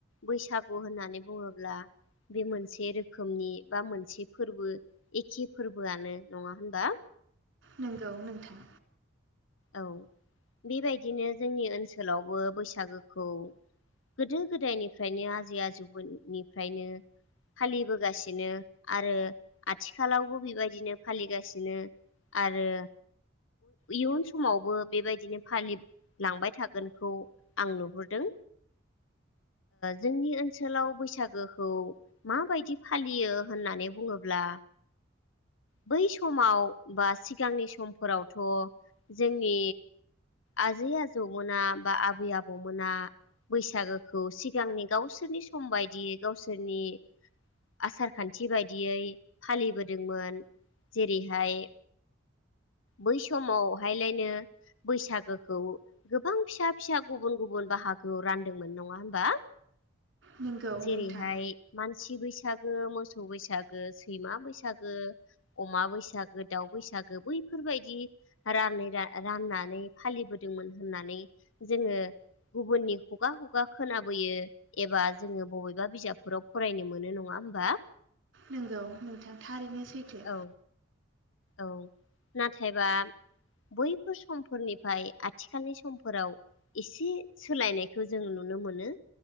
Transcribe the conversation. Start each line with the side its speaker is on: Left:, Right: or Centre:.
Left: बैसागु होननानै बुङोब्ला बे मोनसे रोखोमनि बा मोनसे फोरबो एखे फोरबोआनो नङा होनबा
Right: नंगौ नोंथां
Left: औ बेबायदिनो जोंनि ओनसोलावबो बैसागोखौ गोदो गोदायनिफ्रायनो आजै आजौनिफ्रायनो फालिबोगासिनो आरो आथिखालावबो बेबायदिनो फालिगासिनो आरो इयुन समावबो बेबायदिनो फालिलांबाय थागोनखौ आं नुहुरदों जोंनि ओनसोलाव बैसागोखौ माबायदि फालियो होननानै बुङोब्ला बै समाव बा सिगांनि समफोरावथ' जोंनि आजै आजौमोना बा आबै आबौमोना बैसागोखौ सिगांनि गावसोरनि सम बायदियै गावसोरनि आसार खान्थि बायदियै फालिबोदोंमोन जेरैहाय बै समावहायलायनो बैसागोखौ गोबां फिसा फिसा गुबुन गुबुन बाहागोआव रानदोंमोन नङा होमबा
Right: नंगौ
Left: जेरैहाय
Right: नोंथां
Left: मानसि बैसागो मोसौ बैसागो सैमा बैसागो अमा बैसागो दाउ बैसागो बैफोर बेफोरबायदि रानै राननानै फालिबोदोंमोन होननानै जोङो गुबुननि हुगा हुगा खोनाबोयो एबा जोङो बबेबा बिजाबफोराव फरायनो मोनो नङा होमबा
Right: नोंगौ नोंथां थारैनो सैथो
Left: औ औ नाथायबा बैफोर समफोरनिफ्राय आथिखालनि समफोराव एसे सोलायनायखौ जों नुनो मोनो